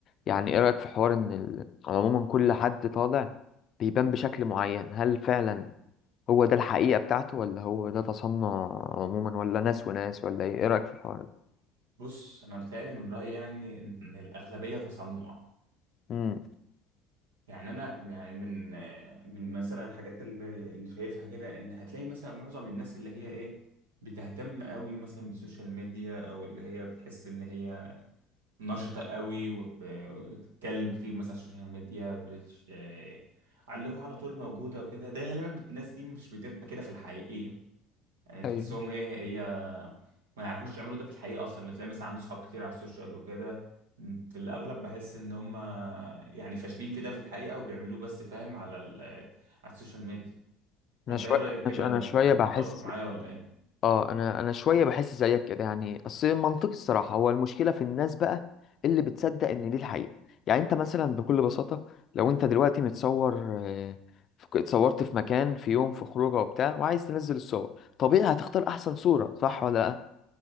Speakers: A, on the left; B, on the right.
A: يعني ايه رايك في حوار ان ال... عموما كل حد طالع بيبان بشكل معين هل فعلا هو ده الحقيقة بتاعته ولا هو ده تصنع عموما ولا ناس وناس ولا ايه ايه رأيك في الحوار ده
B: بص انا بتهيألي من رأيي يعني ان الاغلبية تصنع
A: امم
B: يعني انا يعني من آه، من مثلا الحاجات اللي اللي شايفها كده ان هتلاقي مثلا معظم الناس اللي هي ايه بتهتم قوي مثلا بالسوشيال ميديا او اللي هي بتحس ان هي نشطة قوي وبتتكلم كتير مثلا على السوشيال ميديا بتش... آه، على اللوحة على طول موجودة وكده ده غالبا بت- الناس دي مش بتبقى كده في الحقيقة يعني
A: ايوه
B: تحسهم ايه هي ما يعرفوش يعملوا ده في الحقيقة أصلا اللي تلاقي مثلا عنده صحاب كتير على السوشيال وكده م، في الأغلب بحس إن هم يعني فاشلين في ده في الحقيقة وبيعملوه بس فاهم على ال... على السوشيال ميديا
A: انا
B: أنت
A: شوية
B: إيه رأيك كده
A: انا ش- أنا شوية
B: يعني
A: بحس
B: متفق معايا ولا إيه؟
A: اه انا انا شوية بحس زيك كده يعني اصل منطقي الصراحة هو المشكلة في الناس بقى اللي بتصدق ان دي الحقيقة يعني انت مثلا بكل بساطة لو انت دلوقتي متصور آه، في- اتصورت في مكان في يوم في خروجه وبتاع وعايز تنزل الصور طبيعي هتختار احسن صورة صح ولا لا